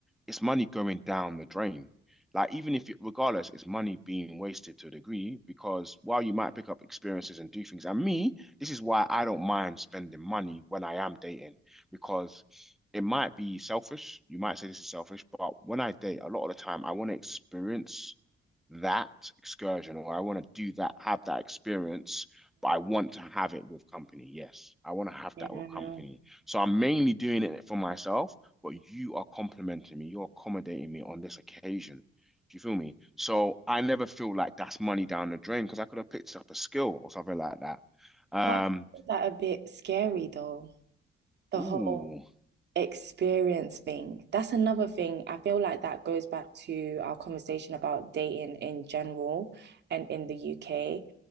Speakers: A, in the centre; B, on the right.
A: it's money going down the drain. Like, even if, you, regardless, it's money being wasted to a degree because while you might pick up experiences and do things, and me, this is why I don't mind spending money when I am dating because it might be selfish. You might say this is selfish, but when I date, a lot of the time, I want to experience that excursion or I want to do that, have that experience, but I want to have it with company. Yes, I want to have
B: Yeah.
A: that with company. So I'm mainly doing it for myself, but you are complimenting me, you're accommodating me on this occasion. Do you feel me? So I never feel like that's money down the drain because I could have picked up a skill or something like that. Um,
B: But I find that a bit scary though. The
A: ooh,
B: whole experience thing. That's another thing. I feel like that goes back to our conversation about dating in general and in the UK.